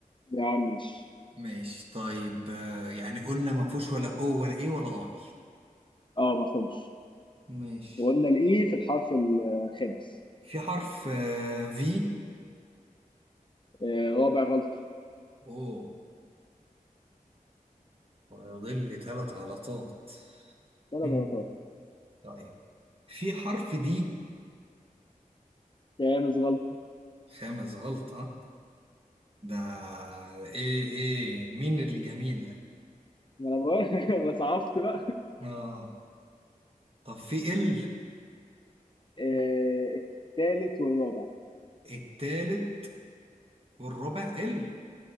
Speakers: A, on the left; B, on the right.
A: يا عم مش
B: ماشي طيب آه، يعني قلنا ما فيهوش ولا او ولا ايه ولا اي
A: اه ما فهمش
B: ماشي
A: وقلنا الاي في الحرف الخامس
B: في حرف في
A: آه، رابع غلطه
B: او ويضل لي ثلاث غلطات
A: ثلاث
B: مم.
A: غلطات
B: طيب في حرف دي
A: خامس غلطه
B: خامس غلطة ده ايه ايه مين الجميل ده
A: ما انا بقول- <laughs> ما صعبت بقى
B: اه طب في ال
A: آه، التالت والرابع
B: التالت والرابع ال